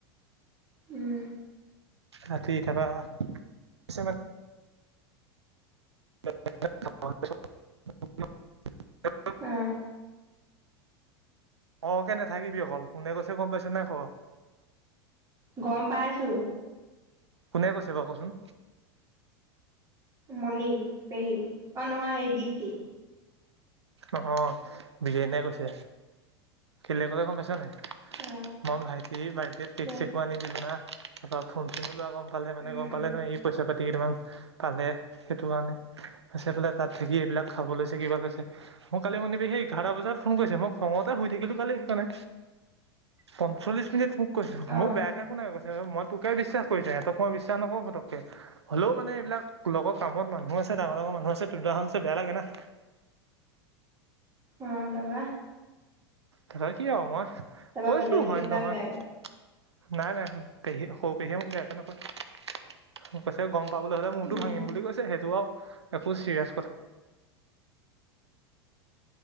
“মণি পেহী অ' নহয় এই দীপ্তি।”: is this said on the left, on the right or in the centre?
Right